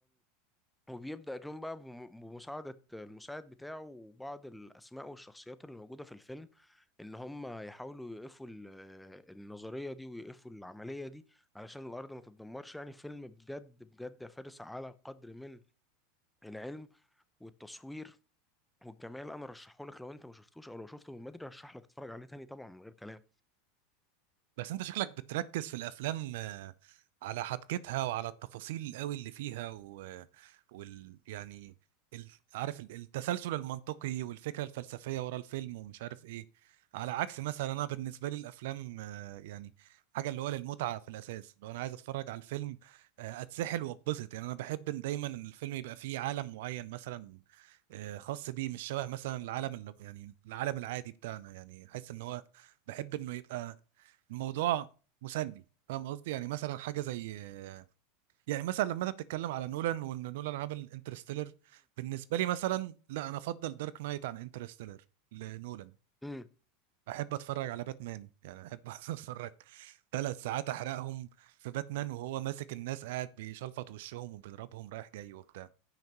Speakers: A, in the centre; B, on the right.
A: وبيبدأ جون بقى بم- بمساعدة المساعد بتاعه وبعض الأسماء والشخصيات اللي موجودة في الفيلم إن هم يحاولوا يوقفوا ال- النظرية دي ويوقفوا العملية دي علشان الأرض ما تتدمرش يعني فيلم بجد بجد يا فارس على قدر من العلم والتصوير والجمال أنا رشحه لك لو أنت ما شفتوش أو لو شفته من بدري رشح لك تتفرج عليه تاني طبعا من غير كلام
B: بس انت شكلك بتركز في الافلام آه، على حبكتها وعلى التفاصيل قوي اللي فيها و... وال يعني ال... عارف ال- التسلسل المنطقي والفكره الفلسفيه ورا الفيلم ومش عارف ايه على عكس مثلا انا بالنسبه لي الافلام آه، يعني حاجه اللي هو للمتعه في الاساس لو انا عايز اتفرج على الفيلم آه، اتسحل واتبسط يعني انا بحب إن دايما ان الفيلم يبقى فيه عالم معين مثلا آه، خاص بيه مش شبه مثلا العالم اللي يعني العالم العادي بتاعنا يعني حاسس ان هو بحب انه يبقى الموضوع مسلي فاهم قصدي يعني مثلا حاجه زي يعني مثلا لما انت بتتكلم على نولان وان نولان عمل انترستيلر بالنسبه لي مثلا لا انا افضل دارك نايت عن انترستيلر لنولان
A: امم
B: احب اتفرج على باتمان يعني احب <laughs> اتفرج ثلاث ساعات احرقهم في باتمان وهو ماسك الناس قاعد بيشلفط وشهم وبيضربهم رايح جاي وبتاع